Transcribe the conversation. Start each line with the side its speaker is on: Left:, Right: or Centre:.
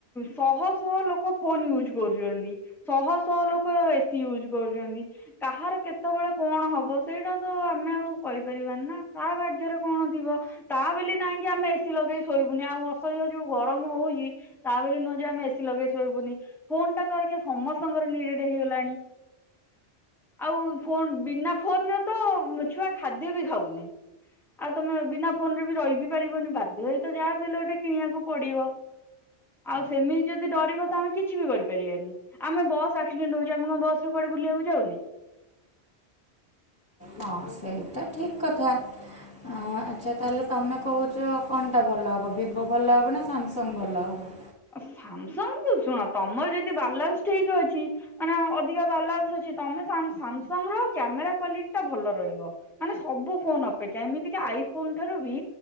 Centre: ଶହ ଶହ ଲୋକ ଫୋନ ୟୁଜ କରୁଛନ୍ତି ଶହ ଶହ ଲୋକ ଏସିି ୟୁଜ କରୁଛନ୍ତି କାହାର କେତେବେଳେ କଣ ହବ ସେଇଟା ତ ଆମେ ଆଉ କହିପାରିବାନି ନା କାହା ଭାଗ୍ୟରେ କଣ ଥିବ? ତା ବୋଲି ନାହିଁ କି ଆମେ ଏସିି ଲଗେଇ ଶୋଇବୁନି ଆଉ ଅସହ୍ୟ ଯୋଉ ଗରମ ହଉଛି ତା ବୋଲି ନୁହଁ ଯେ ଆମେ ଏସି ଲଗେଇ ଶୋଇବୁନି। ଫୋନ୍ ଟା ତ ଅଇକା ସମସ୍ତଙ୍କର ନିଡେଡ ହେଇଗଲାଣି। ଆଉ ଫୋନ୍ ବିନା ଫୋନରେ ତ ଛୁଆ ଖାଦ୍ୟ ବି ଖାଉନାହିଁ। ଆଉ ତମେ ବିନା ଫୋନରେ ବି ରହିିବି ପାରିବନି ବାଧ୍ୟ ହେଇ ତ ଯାହା ବି ହେଲେ ଗୋଟେ କିଣିବାକୁ ପଡିବ। ଆଉ ସେମିତି ଯଦି ଡରିବ ତ ଆମେ କିଛି ବି କରିପାରିବାନି। ଆମେ ବସ୍ ଆକ୍ସିଡେଣ୍ଟ ହଉଛି ଆମ କଣ ବସରେ କୁଆଡେ ବୁଲିବାକୁ ଯାଉନେ?
Left: ହଁ ସେଇଟା ଠିକ୍ କଥା ଆଁ ଆଚ୍ଛା ତାହେଲେ ତମେ କହୁଚ କଣଟା ଭଲ ହେବ ଭିବୋ ଭଲ ହେବ ନା ସାମସଙ୍ଗ ଭଲ ହେବ?
Centre: ଆଉ ସାମସଙ୍ଗୁ ଶୁଣ ତମର ଯଦି ବାଲାନ୍ସ ଠିକ ଅଛି ମାନେ ଅଧିକା ବାଲାନ୍ସ ଅଛି ତମେ ସାମ ସାମସଙ୍ଗର କ୍ୟାମେରା କ୍ଵାଲିଟି ଟା ଭଲ ରହିବ। ମାନେ ସବୁ ଫୋନ ଅପେକ୍ଷା ଏମିତି କି ଆଇ ଫୋନ୍ ଠାରୁ ବି